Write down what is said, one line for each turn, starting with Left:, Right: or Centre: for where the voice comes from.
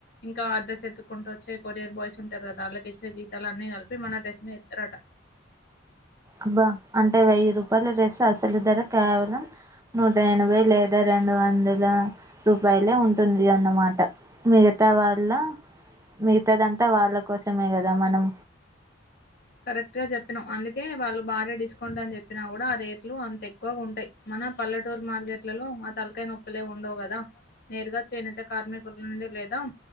Left: ఇంకా ఆడ్రెస్ ఎత్తుకుంట వచ్చే కొరియర్ బాయ్స్ ఉంటారు కదా అళ్ళకి ఇచ్చే జీతాలు అన్ని కలిపి మన డ్రెస్ మేత్రట
Right: అబ్బా అంటే వెయ్యి రూపాయల డ్రెస్సు అసలు ధర కేవలం నూట ఎనభై లేదా రెండు వందల రూపాయలే ఉంటుంది అన్నమాట మీగ తా వాళ్ళ మిగతాదంతా వాళ్ళ కోసమే కదా మనం
Left: కరెక్ట్గా చెప్పినావ్ అందుకే వాళ్ళు భారీ డిస్కౌంట్ అని చెప్పినా కూడా ఆ రేట్లు అంతేక్కువగా ఉంటాయి మ న పల్లెటూరు మార్కెట్లలో ఆ తలకాయ నొప్పులే ఉండవు కదా నేరుగా చేనేత కార్మికుల నుండి లేదా